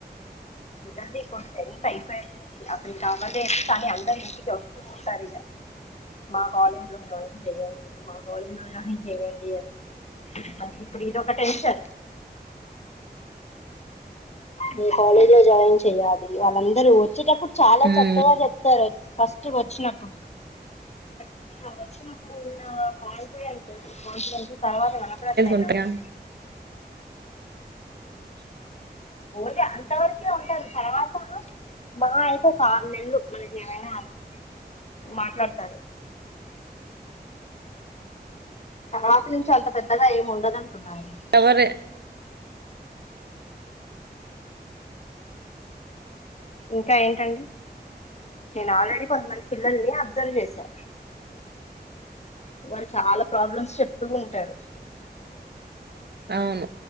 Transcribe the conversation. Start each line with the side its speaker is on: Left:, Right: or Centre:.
Left: ఇదండి ఇప్పుడు టెన్త్ అయిపోతుంది అతడి అసలుకి అవ్వలేదుకానీ అందరు ఇంటికి వస్తూ ఉంటారు ఇక మా కాలేజ్ లో జాయిన్ చెయడి మా కాలేజ్ లో జాయిన్ చేయండి అని మ ఇప్పుడు ఇదోక టెన్షన్ మీ కాలేజ్ లో జాయిన్ చెయాలి వాళ్ళందరూ వచ్చేటప్పుడు చాలా
Right: ఉమ్
Left: చక్కగా చెప్తారు ఫస్ట్ వచ్చినప్పుడు అ వచ్చినప్పుడు ఉన్న కాన్ఫిడెంట్ <unintelligible> తర్వాత కనపడట్లేదు
Right: ఉంటాయా
Left: నాకు
Right: <unintelligible>
Left: ఓన్లీ అంత వరకే ఉంటారు తర్వాత మా అయితే ఒక ఆరు నెల్లు <unintelligible> మాట్లాడతారు తర్వాత నుంచి అంత పెద్దగా ఏము ఉండదంటున్నా నేను
Right: ఎవరు
Left: ఇంకా ఏంటండి నేను ఆల్రెడీ కొంతమంది పిల్లల్ని అబ్జర్వ్ చేశా వాళు చాలా ప్రాబ్లమ్స్ చెప్తూ ఉంటారు
Right: అవును